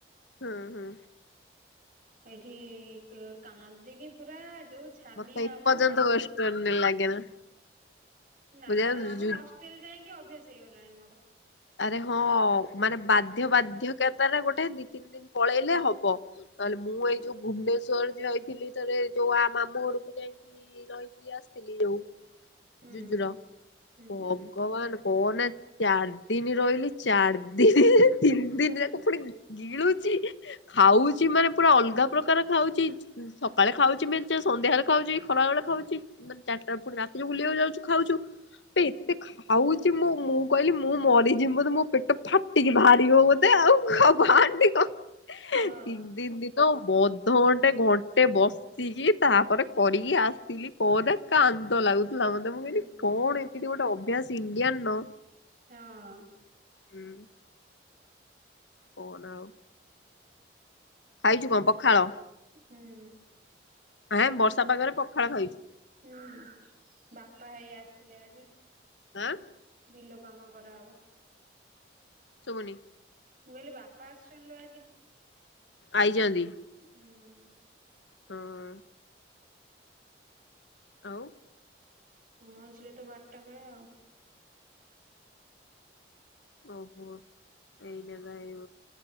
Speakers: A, on the left; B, on the right.
A: ହଁ ହଁ
B: ଏଇଠି କାନ୍ଦିକି ପୁରା ଯୋଉ ଛାନିଆ
A: ମତେ ଏ
B: ମୁଁ
A: ପରଯନ୍ତ
B: ବସି
A: ୱେଷ୍ଟ କଲେ ଲାଗେନା।
B: ନା
A: ବୁଝ
B: ନା ଆମ ହଷ୍ଟେଲ ଯାଇକି ଅଭ୍ୟାସ ହେଇଗଲାଣି ମୋର।
A: ଆରେ ହଁ ମାନେ ବାଧ୍ୟ ବାଧ୍ୟ କେତାରେ ଗୋଟେ ଦ ତିନି ଦିନ ପଳେଇଲେ ହବ ନହେଲେ ମୁଁ
B: ହୁଁ
A: ଏଇ ଯୋଉ ଭୁବନେଶ୍ୱର୍ ରେ ରହିଥିଲି ରେ ଯୋଉ ଆ ମାମୁଁ ଘରକୁ ଯାଇକି ରହିକି ଆସିଥିଲି ଯୋଉ
B: ହୁଁ
A: ଜୁଜୁର
B: ହୁଁ
A: ଭଗବାନ କହନା ଚାର ଦିନ ରହିଲି ଚାରି ଦିନ ତିନି ଦିନ ଯାକ ପୁଣି ଗିଳୁଛି ଖାଉଛି ମାନେ ପୁରା ଅଲଗା ପ୍ରକାର ଖାଉଛି। ସକାଳେ ଖାଉଛି ମେଞ୍ଚେ ସନ୍ଧ୍ୟାରେ ଖାଉଛି ଖରା ବେଳେ ଖାଉଛି। ମାନେ ଚାରିଟା ପୁଣି ରାତିରେ ବୁଲିବାକୁ ଯାଉଛୁ ଖାଉଛୁ ବେ ଏତେ ଖାଉଛି ମୁଁ, ମୁଁ କହିଲି ମୁଁ ମରିଯିମି ବୋଧେ ମୋ ପେଟ ଫାଟିକି ବାହାରିବ ବୋଧେ ଆଉ କ ବାହାର କ ତିନ
B: ହଁ
A: ଦିନ ଦିନ ଅଧ ଘଣ୍ଟେ ଘଣ୍ଟେ ବସ ବସିକି ତାପରେ କରିକି ଆସିଥିଲି କୋଟା କାନ୍ଦ ଲାଗୁଥିଲା ମତେ। ତ ମୁଁ
B: ହୁଁ
A: କହିଲି କଣ ଏମିତି ଗୋଟେ ଅଭ୍ୟାସ ଇଣ୍ଡିଆନ୍
B: ହଁ
A: ହୁଁ କହୁନ ଆଉ? ଖାଇଛୁ କଣ ପଖାଳ?
B: ହୁଁ
A: ଆ ବର୍ଷା ପାଗରେ ପଖାଳ ଖାଇଛୁ।
B: ହୁଁ ବାପା ହେଇ ଆସିଲେ ଆଜି।
A: ଆଁ
B: ବିଲ କାମ କରାହେବ।
A: ଶୁଭୁନି
B: ମୁଁ କହିଲି ବାପା ଆସିଛନ୍ତି ଲୋ ଆଜି।
A: ଆଇଚନ୍ତି
B: ହୁଁ
A: ହଁ ଆଉ
B: ମଝିରେ ତ ବାରଟା ବେଳେ ଆଉ।
A: ଓହୋ ଏଇନେ ବା ଏଇ